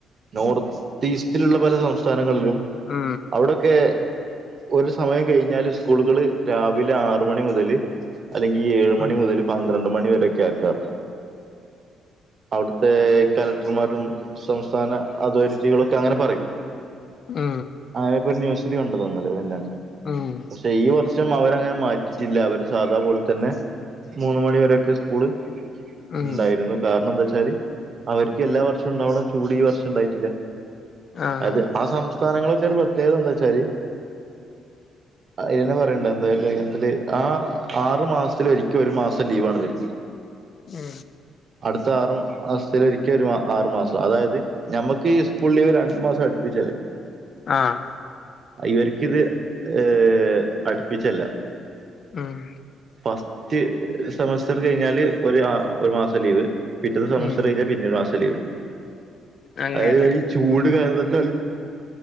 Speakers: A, on the right; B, on the left.
A: നോർത്ത് ഈസ്റ്റിലുള്ള പല സംസ്ഥാനങ്ങളിലും
B: മ്
A: അവുടൊക്കെ ഒര് സമയം കഴിഞ്ഞാല് സ്കൂളുകള് രാവിലെ ആറ് മണി മുതല് അല്ലെങ്കിൽ ഏഴഴ്
B: ഉം
A: മണി മുതൽ പന്ത്രണ്ട് മണി വരൊക്കെ ആക്കാ. അവിടുത്തെ കലക്ടർമാരും സംസ്ഥാന അതോറിറ്റികളൊക്കെ അങ്ങനെ പറയും
B: മ്
A: ആഹ് അത് ഇപ്പൊ ന്യൂസില് കണ്ടത ഇന്നലേ <unintelligible>
B: ആഹ്
A: പക്ഷെ ഈ വർഷം അവരങ്ങനെ മാറ്റിയിട്ടില്ല, അവര് സാധാപോലെ തന്നെ മൂന്ന് മണിവരെയൊക്കെ സ് സ്കൂള്
B: ഉം
A: ഇണ്ടായിരുന്നു കാരണം എന്താ ച്ചാല് അവർക്ക് എല്ലാ വർഷം ഉണ്ടാവണ ചൂട് ഈ വർഷം ഉണ്ടായിട്ടില്ല.
B: ആഹ്
A: അത് ആ സം സ്ഥാനങ്ങളെയൊക്കെ ഒരു പ്രത്യേകതെന്താച്ചാല്, അതിനന്നെ പറയ <unintelligible> ത്തില് ആ ആറ് മാസത്തില് ഒരിക്ക ഒരു മാസം ലീവാണിവർക്ക്.
B: ഉം
A: അട്ത്ത ആറു മാസത്തിലൊരിക്കെ ഒരു മാ ആറു മാസം, അതായത് ഞമ്മക്ക് ഈ സ്കൂൾ ലീവ് രണ്ടു മാസം അടുപ്പിച്ചല്ലേ?
B: ആഹ്
A: ഇവർക്കിത് ഈഹ് അട്പ്പിച്ചല്ല.
B: ഉം
A: ഫസ്റ്റ് സെമസ്റ്റർ കഴിഞ്ഞാല് ഒരു ഒരു മാസം ലീവ്. പിറ്റത്തെ സെമസ്റ്റർ
B: ഉം
A: കഴിഞ്ഞാ പിന്നെ ഒരു മാസം ലീവ്.
B: അങ്ങനെ
A: അതായത് ഈ ചൂട് കാലത്താല്